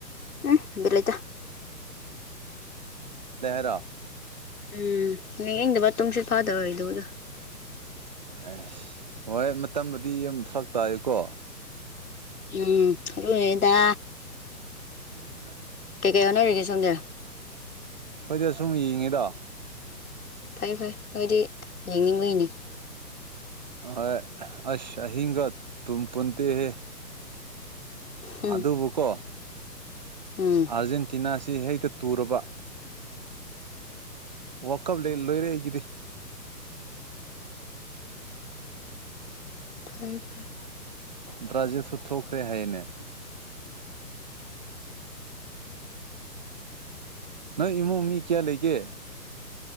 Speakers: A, on the left; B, on the right.
A: ꯎꯝ ꯂꯦꯗ
B: ꯇꯥꯎ
A: ꯎꯝ ꯌꯦꯗ ꯃꯠꯇꯣꯝꯁꯤ ꯐꯥꯗ ꯑꯣꯏꯣꯏꯗ ꯎꯗ
B: ꯑ ꯍꯣꯏ ꯃꯇꯝꯕꯨꯗꯤ ꯌꯥꯝ ꯐꯔꯛ ꯇꯥꯏꯀꯣ
A: ꯎꯝ ꯔꯨꯍꯤꯗ
B: ꯎꯝ
A: ꯀꯩ ꯀꯩ ꯍꯣꯠꯅꯔꯤꯒꯦ ꯁꯣꯟꯗꯤ
B: ꯑꯩꯈꯣꯏꯗꯤ ꯁꯨꯝ ꯌꯦꯡꯉꯤꯗ
A: ꯐꯩ ꯐꯩ ꯅꯣꯏꯗꯤ ꯌꯦꯡꯅꯤꯡꯕꯒꯤꯅꯦ
B: ꯍ ꯑꯁ ꯍꯒ ꯇꯨꯝ ꯄꯨꯟꯇ ꯍꯦ
A: ꯎꯝ
B: ꯑꯗꯨ ꯑꯗꯨꯕꯨꯀꯣ
A: ꯎꯝ
B: ꯑꯥꯔꯖꯦꯟꯇꯤꯅꯥꯁꯤ ꯍꯦꯛꯇ ꯇꯨꯔꯕ ꯋꯥꯀꯞ ꯂꯣꯏꯔꯦ ꯑꯩꯒꯤꯗꯤ
A: ꯐꯔꯦ ꯐꯔꯦ
B: ꯕ꯭ꯔꯥꯖꯤꯜꯁꯨ ꯊꯣꯛꯈ꯭ꯔꯦ ꯍꯥꯏꯅꯦ ꯅꯣꯏ ꯏꯃꯨꯡ ꯃꯤ ꯀꯌꯥ ꯂꯩꯒꯦ